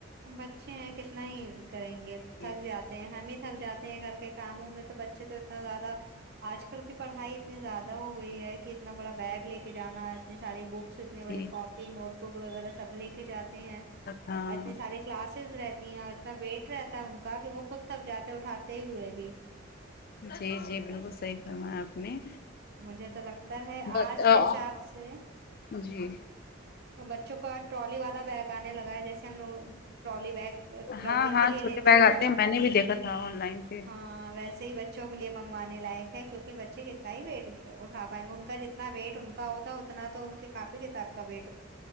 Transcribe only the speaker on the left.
جی
جی
ہاں
جی جی بالکل صحیح فرمایا آپ نے
بتاؤ
جی
ہاں ہاں
چھوٹے
بیگ آتے
میں نے بھی دیکھا تھا آن لائن پہ